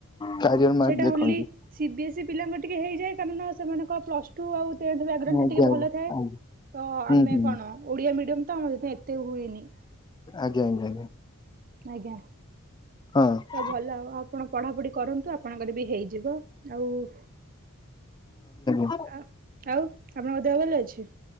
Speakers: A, on the left; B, on the right.
A: କ୍ୟାରିୟର ମାର୍କ
B: ସେଇଟା
A: ଦେଖନ୍ତି।
B: ଓନ୍ଲି ସିବି ଏସ୍ଇ ପିଲାଙ୍କ ଟିକେ ହେଇଯାଏ କାରଣ ନା ସେମାନଙ୍କ ପ୍ଲସ ଟୁ ଆଉ ଟେନ୍ଥ ବ୍ୟାକଗ୍ରାଉଣ୍ଡ
A: ଆଜ୍ଞା
B: ଟିକେ
A: ଆଜ୍ଞା
B: ଭଲ ଥାଏ
A: ଆଜ୍ଞା
B: ତ
A: ହୁଁ
B: ଆମେ
A: ହୁଁ
B: କଣ ଓଡିଆ ମିଡିୟମ ତ ମ ତ ଏତେ ହୁଏନି।
A: ଆଜ୍ଞା, ଆଞା, ଆଜ୍ଞା।
B: ଆଜ୍ଞା।
A: ହଁ
B: ତ ଭଲ ଆ ଆପଣ ପଢାପଢି କରନ୍ତୁ ଆପଣଙ୍କର ବି ହେଇଯିବ ଆଉ <inaudible>
A: <unintelligible>
B: ଆ ଆଉ ଆପଣଙ୍କ ଦେହ ଭଲ ଅଛି?